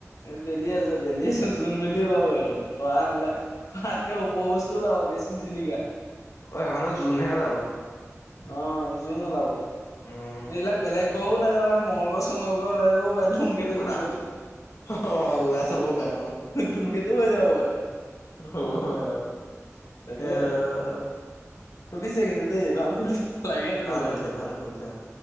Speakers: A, on the left; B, on the left.
A: বেলি আছ। বেলি আছে, জোন বেলি ওলাব সেইখনত তৰা নুলাই
B: অ',
A: তাতকে ওপৰ বস্তু ওলাব বেছি জিলিকা।
B: অ এখনত জোন হে ওলাব।
A: অ জোন ওলাব এই
B: উম,
A: এইবিলাক বেলেগ গ্ৰহ ওলাই যাব মঙগল গ্ৰ্হ চঙ্ল গ্ৰ্হ ওলাই যাব পাই ধুম কেতু
B: ওলা
A: জুম কেতু।
B: অ ওলাই চাবও পাৰে অ
A: ধুমকেতু হৈ যাব পাৰে
B: হ'ব পাৰে আৰু।
A: তাকে।
B: এ
A: ফুলিছে কিন্তু দেই ভাল খুলি লাগে তেনেকুৱা।
B: ভাল খুলিছে ভাল খুলিছে